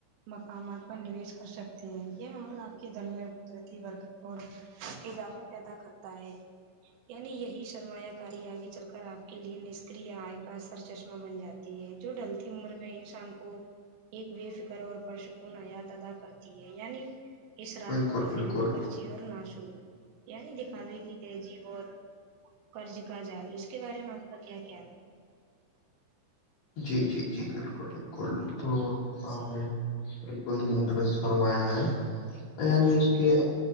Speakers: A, on the right; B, on the left.
A: مقامات پر نوش کر سکتے ہیں یہ عمل آپ کے دن میں قدرتیور اور اضافہ پیدا کرتا ہے یعنی یہی شرمایہ کاری آگے چل کر آپ کے لئے نشکری آئے کا سر چشمہ بن جا ہے ہے جو ڈلتی عمر میں انسان کو ایک بے فکر اور پرش کو نیااد ادا کرتی ہے یعنی اراف
B: بالکل
A: اور
B: بالکل
A: فضول کرچ اور ناشور یعنی دکھاوے کی تہذیب اور کرج کا جال اس کے بارے میں آپ کا کیا خیال ہے
B: جی جی جی بالکل بالکل تو آپ نے بالکل درست فرمایا ہے یعنی اس کے